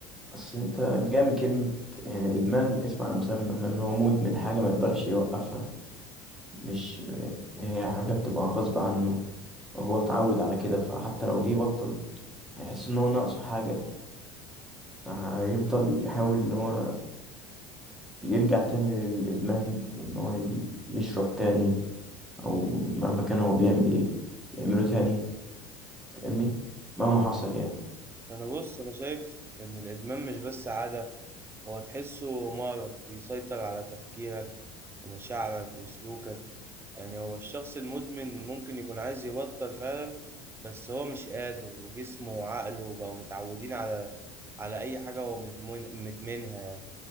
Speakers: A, in the centre; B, on the right.
A: بس انت جاي من كلمة يعني ادمان اسم على مسمى فاهم اللي هو مدمن حاجة ما يقدرش يوقفها مش يعني هي حاجة بتبقى غصب عنه هو اتعود على كده فحتى لو جه بطل هيحس ان هو ناقصه حاجة هيفضل يحاول ان هو يرجع تاني للإدمان وإن هو ي- يشرب تاني أو مهما كان هو بيعمل إيه يعمله تاني فاهمني مهما حصل يعني
B: انا بص انا شايف ان الادمان مش بس عادة هو تحسه مرض بيسيطر على تفكيرك ومشاعرك وسلوكك يعني هو الشخص المدمن ممكن يكون عايز يبطل فعلا بس هو مش قادر وجسمه وعقله بقوا متعودين على على أي حاجة هو مدمن مدمنها يعني